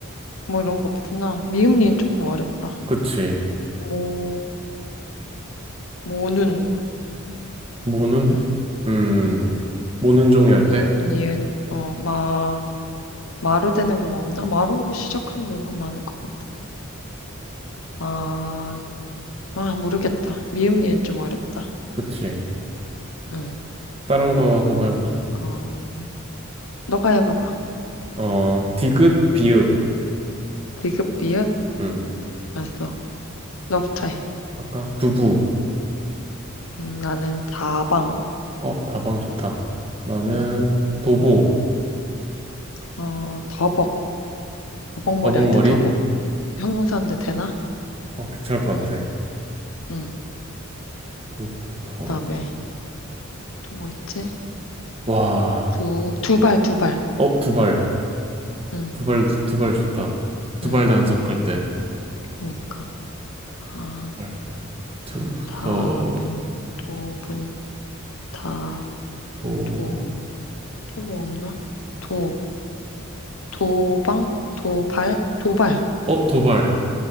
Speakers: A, on the left; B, on the right.
A: 뭐 이런 거 없구나. 미음, 니은 조금 어렵다.
B: 그치.
A: 모, 모눈,
B: 모는?
A: 음,
B: 음,
A: 음,
B: 모는 종이 할
A: 미음,
B: 때?
A: 니은, 어, 마, 마로 되는 거뭐 없나? 마로 시작하는 건 많을 것 같아. 마, 아, 모르겠다. 미음, 니은 좀 어렵다.
B: 그치.
A: 응,
B: 다른 거 한번 해보자.
A: 음, 너가 해봐봐.
B: 어, 디귿, 비읍.
A: 비읍, 비읍?
B: 음,
A: 알았어. 너부터 해.
B: 아까 두부.
A: 음, 나는 다방.
B: 어, 다방 좋다. 나는
A: 응,
B: 도보.
A: 어, 더벅. 더벅머리
B: 다방머리?
A: 할 때 더벅. 형용사인데 되나?
B: 어, 괜찮을 것
A: 응,
B: 같아.
A: 응.
B: 도보, 더.
A: 그다음에 또 뭐 있지?
B: 와,
A: 두, 두발, 두발.
B: 어, 두발.
A: 응,
B: 두발, 두발 좋다. 두발
A: 응.
B: 단속할 때.
A: 그니까. 아.
B: 발. 두,
A: 다분,
B: 더,
A: 도분, 다,
B: 도,
A: 도, 또 뭐 없나? 도, 도방, 도발, 도발.
B: 어, 도발.